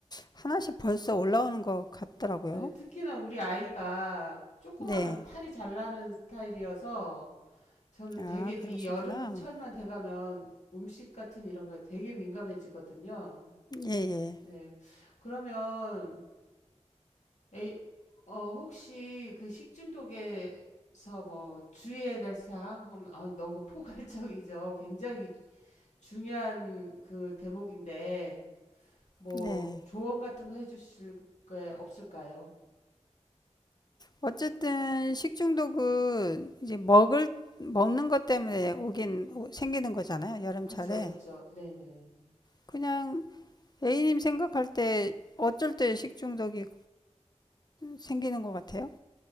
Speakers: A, on the left (about 35°); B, on the left (about 80°).
A: 하나씩 벌써 올라오는 것 같더라고요.
B: 네, 특히나 우리 아이가 조그만하면
A: 네.
B: 탈이 잘 나는 스타일이어서 저는
A: 아,
B: 되게
A: 그러시구나.
B: 이 여름철만 돼가면 음식 같은 이런 거 되게 민감해지거든요.
A: 예, 예.
B: 네. 그러면 에이, 어, 혹시 그 식중독에서 뭐 주의해야 될 사항? 하면- 아, 너무 포괄적이죠. 굉장히 중요한 그 대목인데, 뭐
A: 네.
B: 조언 같은 거 해주실 게 없을까요?
A: 어쨌든 식중독은 이제 먹을, 먹는 것 때문에 오긴, 오- 생기는 거잖아요. 여름철에.
B: 그쵸, 그쵸. 네네.
A: 그냥 A님 생각할 때 어쩔 때 식중독이 생기는 것 같아요?